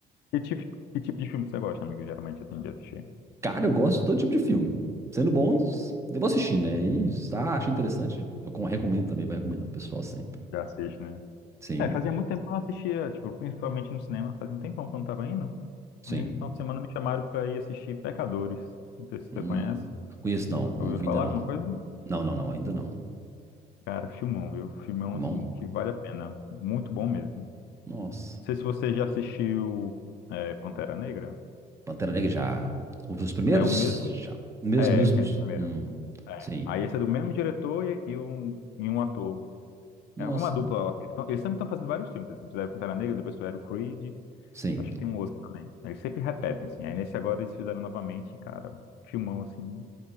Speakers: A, on the left (about 80°); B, on the right (about 15°).
A: Que tipo, que tipo de filme você gosta, amigo? Geralmente eu tenho de assistir.
B: Cara, eu gosto de todo tipo de filme. Sendo bons, eu vou assistindo, né? E ah, achei interessante, eu com- recomendo também, vai recomendando o pessoal, sim.
A: Já assiste, né?
B: Sim,
A: É, fazia muito tempo que eu não assistia, tipo, principalmente no cinema, fazia um tempão que eu não tava indo.
B: sim.
A: Aí, esse final de semana me chamaram pra ir assistir Pecadores. Não sei se
B: Hum,
A: você conhece.
B: conheço não, não
A: Ouviu
B: vi
A: falar
B: ainda não.
A: alguma coisa?
B: Não, não, não, ainda não.
A: Cara, filmão, viu? Filmão,
B: Irmão,
A: assim, que vale a pena. Muito bom mesmo.
B: nossa.
A: Não sei se você já assistiu é, Pantera Negra.
B: Pantera Negra já. Os os primeiros?
A: É o mesmo.
B: Já. Mesmo,
A: É,
B: mesmo.
A: aqueles
B: de-
A: primeiros.
B: Hum,
A: É.
B: sim.
A: Aí esse é do mesmo diretor e, e um, e um ator.
B: Nossa.
A: É uma dupla. Então, Eles sempre estão fazendo vários filmes, assim. Fizeram Pantera Negra, depois fizeram Creed.
B: Sim.
A: Acho que tem um outro também. Eles sempre repetem, assim. Aí nesse agora eles fizeram novamente, e, cara, filmão, assim.